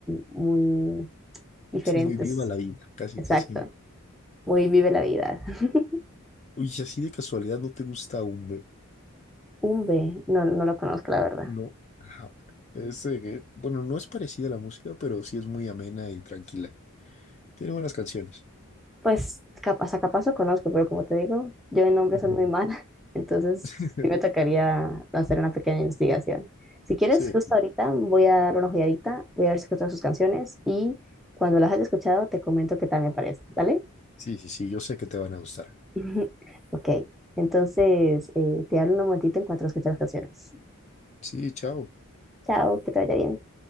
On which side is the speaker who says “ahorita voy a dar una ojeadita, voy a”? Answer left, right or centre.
Centre